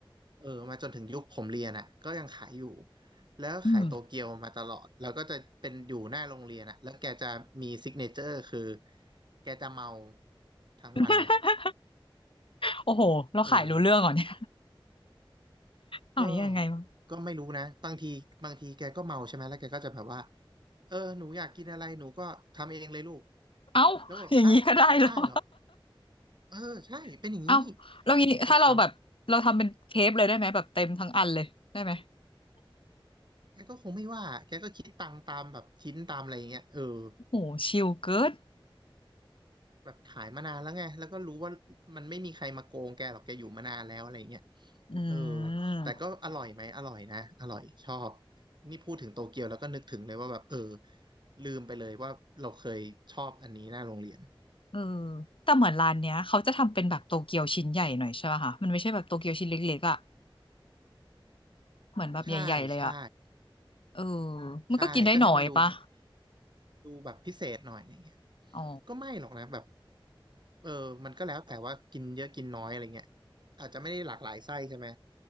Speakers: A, on the right; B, on the left.
A: เออมาจนถึงยุคผมเรียนอ่ะก็ยังขายอยู่แล้วขายโตเกียวมาตลอดแล้วก็จะเป็นอยู่หน้าโรงเรียนอ่ะแล้วแกจะมีซิกเนเจอร์คือ
B: อืม
A: แกจะเมาทั้งวันอ่ะ
B: <laughs> โอ้โห เราขายรู้เรื่องเหรอเนี่ย
A: เออ
B: ขายยังไงวะ
A: ก็ก็ไม่รู้นะบางทีบางทีแกก็เมาใช่ไหมแล้วแกก็จะแบบว่าเออหนูอยากกินอะไรหนูก็ทำเองเลยลูก
B: เอ้าอย่างนี้ก็ได้เหรอ
A: แล้วแบอกฮะได้เหรอเออใช่เป็นอย่างนี้
B: <laughs> เอ้าแล้วงี้ถ้าเราแบบเราทำเป็นเคปเลยได้ไหมแบบเต็มทั้งอันเลยได้ไหม
A: แต่ถามแกก็คงไม่ว่าแกก็คิดตังค์ตามแบบชิ้นตามอะไรอย่างเงี้ยเออ
B: โอ้โหชิลเกิน
A: แบบขายมานานแล้วไงแล้วก็รู้ว่ามันไม่มีใครมาโกงแกหรอกแกอยู่มานานแล้วอะไรเงี้ย
B: อืม
A: เออแต่ก็อร่อยไหมอร่อยนะอร่อยชอบนี่พูดถึงโตเกียวแล้วก็นึกถึงเลยว่าแบบเออลืมไปเลยว่าเราเคยชอบอันนี้หน้าโรงเรียน
B: เออแต่เหมือนร้านเนี้ยเขาจะทำเป็นแบบโตเกียวชิ้นใหญ่หน่อยใช่ป่ะคะมันไม่ใช่แบบโตเกียวชิ้นเล็กๆอ่ะเหมือนแบบใหญ่ๆเลยอ่ะ
A: ใช่ใช่
B: เออมันก็กินได้หน่อยปะ
A: ใช่ก็ให้มันดูแบบดูแบบพิเศษหน่อยอะไรเงี้ย
B: อ๋อ
A: ก็ไม่หรอกนะแบบเออมันก็แล้วแต่ว่ากินเยอะกินน้อยอะไรเงี้ยอาจจะไม่ได้หลากหลายไส้ใช่ไหม